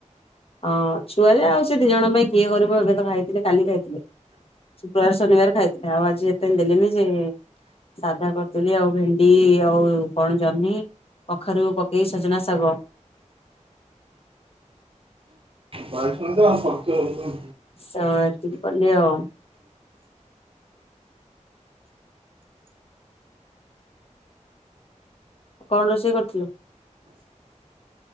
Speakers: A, on the left; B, on the right.
A: ହଁ ଛୁଆ ଯୋ ଆଉ ସେ ଦି ଜଣ ପାଇଁ କିଏ କରିବ ଏବେ ତ ଖାଇଥିଲେ କାଲି ଖାଇଥିଲେ। ଶୁକ୍ରବାର ଶନିବାର ଖାଇଥିଲେ ଆଜିପା ଦେଲେନି ଯେ ସାଧା କରିଥିଲି ଆଉ ଭେଣ୍ଡି ଆଉ କଣ ଜହ୍ନି କଖାରୁ ପକେଇ ସଜନା ସାଗ
B: ବାଇଗଣ ତ ଆଉ ସନ୍ତୁଳା
A: ସତିି କଲ ଆଉ କଣ ରୋଷେଇ କରିଥିଲୁ?